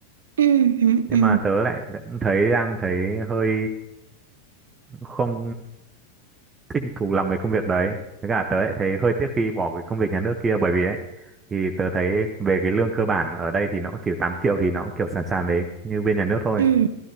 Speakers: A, on the right (about 60°); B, on the right (about 20°).
A: Ừ. Ừ.
B: nhưng
A: Ừ.
B: mà tớ lại thấy đang thấy hơi không thích thú làm về công việc đấy với cả tớ lại thấy hơi tiếc khi bỏ cái công việc nhà nước kia bởi vì ấy thì tớ thấy về cái lương cơ bản ở đây thì nó cũng chỉ tám triệu thì nó cũng kiểu sàn sàn đấy như bên nhà nước thôi
A: Ừ.